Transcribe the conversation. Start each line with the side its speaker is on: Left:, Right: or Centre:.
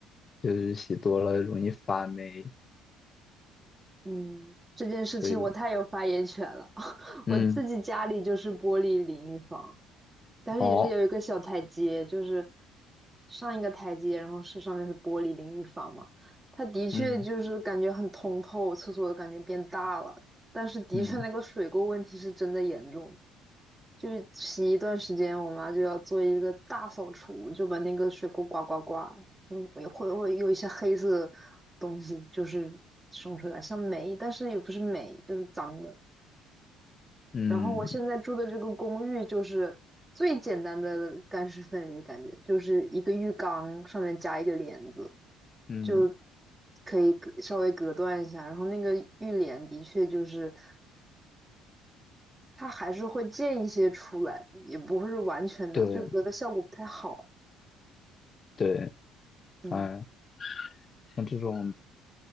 Left: 就是洗多了容易发霉。
Right: 嗯，这件事情我太有发言权了。
Left: 所以，
Right: <laughs>
Left: 嗯，
Right: 我自己家里就是玻璃淋浴房，但是也是有一个小台阶，
Left: 哦，
Right: 就是上一个台阶，然后是上面是玻璃淋浴房嘛。它的确就是感觉很通透，
Left: 嗯
Right: 厕所的感觉变大了，但是的确那个水垢问题是真的严重。
Left: 嗯
Right: 就是洗一段时间，我妈就要做一个大扫除，就把那个水沟刮刮刮，嗯，也会会有一些黑色东西，就是生出来，像霉，但是也不是霉，就是脏的。
Left: 嗯
Right: 然后我现在住的这个公寓就是最简单的干湿分离，感觉就是一个浴缸上面加一个帘子，
Left: 嗯，
Right: 就可以隔稍微隔断一下。然后那个浴帘的确就是。它还是会溅一些出来，也不会是完全的，
Left: 对
Right: 就隔的效果不太好。
Left: 对，
Right: 嗯
Left: 哎。像这种